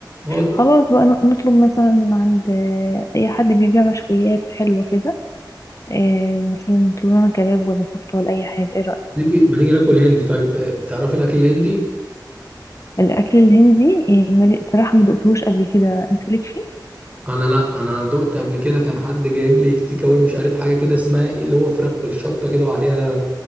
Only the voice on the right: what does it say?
اه ده-
نيجي ما نيجي ناكل هندي طيب ت- تعرفي الأكل الهندي؟
أنا لا أنا دقت قبل كده كان حد جايب لي تيك أواي مش عارف حاجة كده اسمها ايه اللي هو فراخ بالشطة كده وعليها